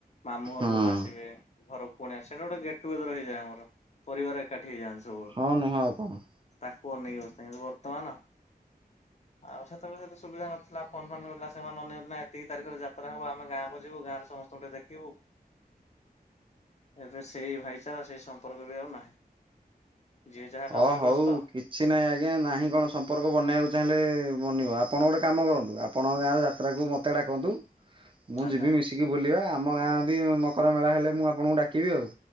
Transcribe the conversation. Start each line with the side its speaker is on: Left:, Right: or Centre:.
Left: ମାମୁ ଘର
Right: ହୁଁ
Left: ଲୋକ ଆସିବେ, ଘର କୁଣିଆ ଆସିବେ, ସେଟା ଗୋଟେ ଗେଟ୍ ଟୁଗେଦର ହେଇଯାଏ ଆମର, ପରିବାର ଏକାଠି ହେଇଯାଆନ୍ତି। ସବୁ।
Right: ହଁ ନୁହେଁ ଆଉ କଣ?
Left: ତାକୁ ଅନେଇ ବସିଥାଏ ବର୍ତମାନ ଆଉ ସେତେବେଳେ ସେତ ସୁବିଧା ନଥିଲା, ଫୋନ ପୋନ, ସେମାନେ ଏତିକି ତାରିଖରେ ଯାତ୍ରା ହବ, ଆମେ ଗାଁକୁ ଯିବୁ ଗାଁ ସମସ୍ତଙ୍କୁ ଟିକେ ଦେଖିବୁ। ଏବେ ସେଇ ଭାଇଚାରା, ସେଇ ସମ୍ପର୍କ ବି ଆଉ ନାହିଁ। ଯିଏ ଯାହା କାମରେ
Right: ହଁ ହଉ,
Left: ବ୍ୟସ୍ତ।
Right: କିଛି ନାହିଁ ଆଜ୍ଞା, ନାହିଁ କଣ? ସମ୍ପର୍କ ବନେଇବାକୁ ଚାହିଁଲେ ବନିବ, ଆପଣ ଗୋଟେ କାମ କରନ୍ତୁ, ଆପଣ ଗାଁରେ ଯାତ୍ରାକୁ ମତେ ଡାକନ୍ତୁ ମୁଁ
Left: ଆଚ୍ଛା
Right: ଯିବି ମିଶିକି ବୁଲିବା, ଆମ ଗାଁ ବି ମକର ମେଳା ହେଲେ ମୁଁ ଆପଣଙ୍କୁ ଡାକିବି ଆଉ।